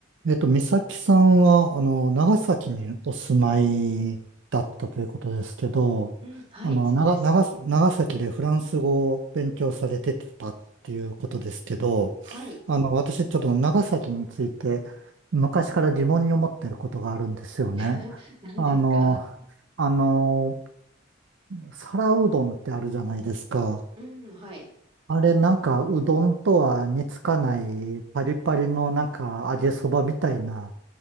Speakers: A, on the right; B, on the right.
A: えっと、美咲さんは、あの、長崎にお住まいだったということですけど、
B: うん、はい、
A: あの、
B: そうです。
A: 長、長、長崎でフランス語を勉強されてたっていうことですけど、
B: はい。
A: あの、私ちょっと長崎について昔から疑問に思ってることがあるんですよね。
B: <laughs> 何ですか
A: あの、あの、皿うどんってあるじゃないですか。
B: うん、はい。
A: あれなんかうどんとは似つかないパリパリのなんか揚げそばみたいな